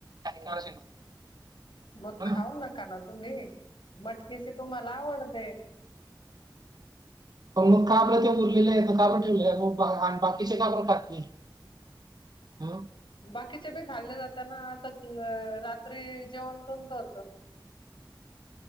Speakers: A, on the right (about 55°); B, on the left (about 80°).
A: काय <unintelligible>
B: मग
A: हा
B: खाऊ
A: ना?
B: नका ना तुम्ही मटकीची तुम्हाला आवडते.
A: प मग काबरं ते उरलेले आहे काबं ठेवले म बाकीचे का बरं खातील. हम्म
B: बाकीचे बी खाल्ल्या जाताना आता रात्री जेवण कोणत होत.